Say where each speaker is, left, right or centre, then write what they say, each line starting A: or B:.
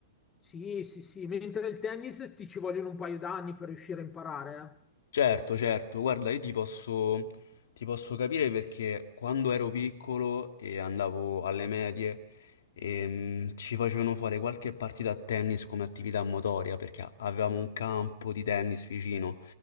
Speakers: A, on the left; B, on the left.
A: Sì, sì, sì, mentre il tennis ti ci vogliono un paio d'anni per riuscire a imparare, eh.
B: Certo, certo, guarda, io ti posso, ti posso capire perché quando ero piccolo e andavo alle medie ehm, ci facevano fare qualche partita a tennis come attività motoria perché a- avevamo un campo di tennis vicino